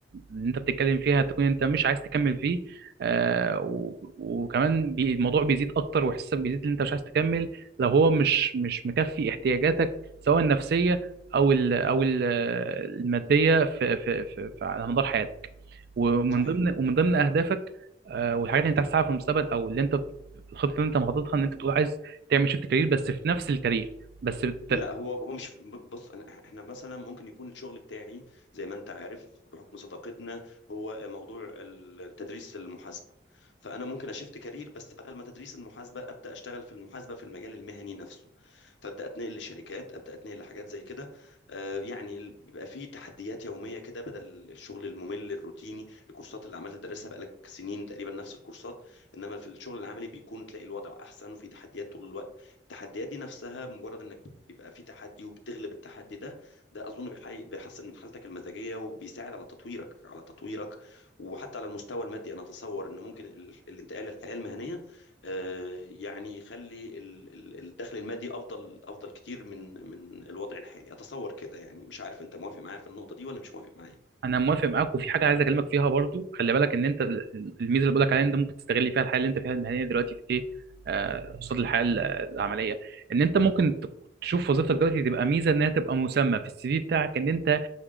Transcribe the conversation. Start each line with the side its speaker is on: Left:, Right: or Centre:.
Right: اللي انت بتتكلم فيها تكون انت مش عايز تكمل فيه آه، و- وكمان بي- الموضوع بيزيد اكتر واحساسك بيزيد ان انت مش عايز تكمل لو هو مش مش مكفي احتياجاتك سواء النفسيه او ال او ال الماديه في في في في- على مدار حياتك ومن
Left: صحيح
Right: ضمن ومن ضمن اهدافك آه، والحاجات اللي انت عايز تعملها في المستقبل او اللي انت الخطه اللي انت مخططها ان انت بتقول عايز تعمل شيفت كارير بس في نفس الكارير بس بت...
Left: لا هو هو مش بص أنا- احنا مثلا ممكن يكون الشغل بتاعي زي ما انت عارف بحكم صداقتنا هو موضوع ال- تدريس المحاسبه فانا ممكن اشفت كارير بس بدل ما تدريس المحاسبه ابدا اشتغل في المحاسبه في المجال المهني نفسه فابدا اتنقل لشركات ابدا اتنقل لحاجات زي كده آه، يعني بيبقى فيه تحديات يوميه كده بدل الشغل الممل الروتيني الكورسات اللي عمال تدرسها بقالك سنين تقريبا نفس الكورسات انما في الشغل العملي بيكون تلاقي الوضع احسن وفي تحديات طول الوقت التحديات دي نفسها مجرد انك بيبقى في تحدي وبتغلب التحدي ده ده اظن بيحي- بيحسن من حالتك المزاجيه وبيساعد على تطويرك على تطويرك وحتى على المستوى المادي انا اتصور ان ممكن ال- الانتقال للحياه المهنيه آه، يعني يخلي ال- ال- الدخل المادي افضل افضل كتير من من الوضع الحالي اتصور كده يعني مش عارف انت موافق معايا في النقطه دي ولا مش موافق معايا
Right: انا موافق معاك وفي حاجه عايز اكلمك فيها برضو خلي بالك ان انت ال- الميزه اللي بقول لك عليها ان انت ممكن تستغل فيها الحياه اللي انت فيها المهنيه دلوقتي في ايه آه، قصاد الحياه ال- العمليه ان انت ممكن ت- تشوف وظيفتك دلوقتي تبقى ميزه انها تبقى مسمى في السي في بتاعك ان انت